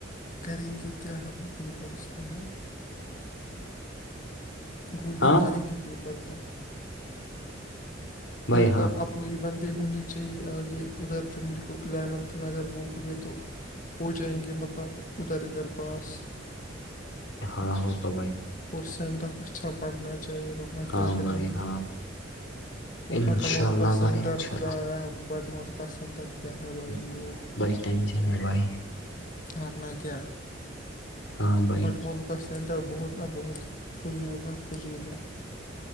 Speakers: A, on the left; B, on the left.
A: کریں گے کیا ہم پیپرس میںہ ہیں گولی
B: ہاں
A: ماریں گے پیپر کو
B: بھائی
A: میرے
B: ہاں
A: کوپ اپ اپنی بندے ہونی چاہیے آگے ادھر جو مجھ کو الیونتھ میں اگر وہ ہوئے تو ہو جائیں گے مطلب ادھر ادھر پاس
B: ہاں ہو بھائی
A: اور سینٹر اچھا پڑھنا چاہیئے ورنہ کیا
B: ہاں
A: کریں
B: بھائی
A: گے
B: ہاں
A: وہ
B: انشاء
A: بٹہ ملکا
B: اللہ
A: سینٹر
B: بھائی انشاء
A: خدایا بٹ ملکہ سینٹر کیا ہے
B: اللہ
A: بھائی وہ
B: بھائی ٹینشن ہے بھائی
A: مرنا کیا
B: ہاں بھائی
A: بٹمل کا سینٹر بہت بہت فضول نہ فضول ہے